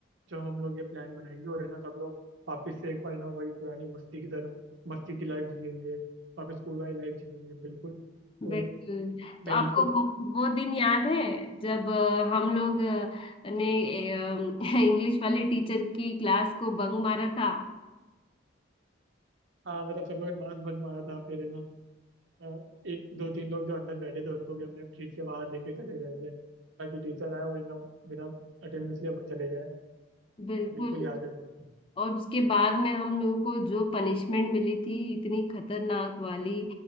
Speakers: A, on the right; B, on the left.
A: जब हम लोग ये प्लान बनाएंगे और है ना सब लोग वापिस से एक बार है ना वही पुरानी मस्ती की तरह मस्ती की लाइफ जिएंगे वापस स्कूल वाली लाइफ जिएंगे बिल्कुल तो
B: बिल्कुल तो
A: मैं
B: आपको
A: बिल्कुल
B: वो वो दिन याद है जब अ, हम लोग अ, ने इंग्लिश <laughs> वाले टीचर की क्लास को बंक मारा था
A: हाँ मतलब सब लोगों ने मांस भंग मारा था फिर है ना अ, एक दो तीन लोग जो अंदर बैठे थे उनको भी हमने खींच के बाहर लेके चले गए थे ताकि टीचर आए और है ना बिना अटेंडेंस लिए चले जाए
B: बिल्कुल
A: हाँ बिल्कुल याद है मेरे को
B: और उसके बाद में हम लोगों को जो पनिशमेंट मिली थी इतनी खतरनाक वाली